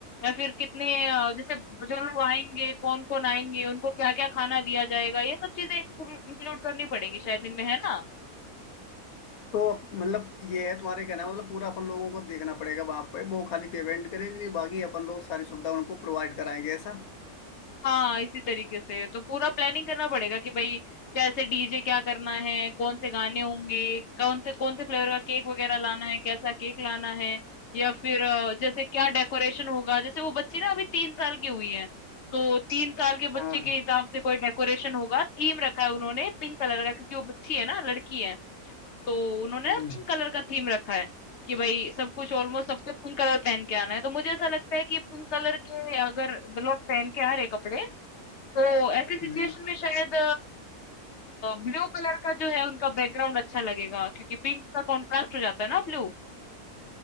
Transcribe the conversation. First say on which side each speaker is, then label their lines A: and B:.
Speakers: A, on the left (about 60°); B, on the left (about 75°).
A: या फिर कितने अ, जैसे जो लोग आएंगे, कौन-कौन आएंगे, उनको क्या-क्या खाना दिया जाएगा, ये सब चीजें इंक्लूड करनी पड़ेंगी शायद इनमें, है ना?
B: तो अब मतलब ये है तुम्हारे कहना मतलब पूरा अपन लोगों को देखना पड़ेगा वहां पे वो खाली पेमेंट करेगी बाकी अपन लोग सारी सुविधा उनको प्रोवाइड कराएंगे ऐसा
A: हाँ, इसी तरीके से तो पूरा प्लानिंग करना पड़ेगा कि भाई कैसे डीजे क्या करना है कौन से गाने होंगे कौन से कौन से फ्लेवर का केक वगैरह लाना है कैसा केक लाना है या फिर अ, जैसे क्या डेकोरेशन होगा जैसे वो बच्ची ना अभी तीन साल की हुई है तो तीन साल के
B: हाँ
A: बच्चे के हिसाब से कोई डेकोरेशन होगा थीम रखा है उन्होंने पिंक कलर का क्योंकि वो बच्ची है ना लड़की है तो उन्होंने
B: हम्म
A: ना पिंक कलर का थीम रखा है कि भाई सब कुछ ऑलमोस्ट सबको पिंक कलर पहन के आना है तो मुझे ऐसा लगता है कि पिंक कलर के अगर लोग पहन के आ रहे कपड़े तो ऐसी सिचुएशन
B: हम्म
A: में शायद ब्लू कलर का जो है उनका बैकग्राउंड अच्छा लगेगा क्योंकि पिंक का कॉन्ट्रास्ट हो जाता है ना ब्लू